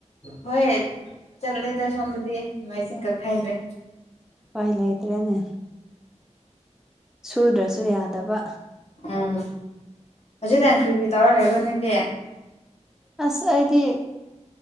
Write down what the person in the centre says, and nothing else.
ꯎꯄꯥꯏ ꯂꯩꯇ꯭ꯔꯦꯅꯦ ꯁꯨꯗ꯭ꯔꯁꯨ ꯌꯥꯗꯕ
ꯑꯁ ꯑꯩꯗꯤ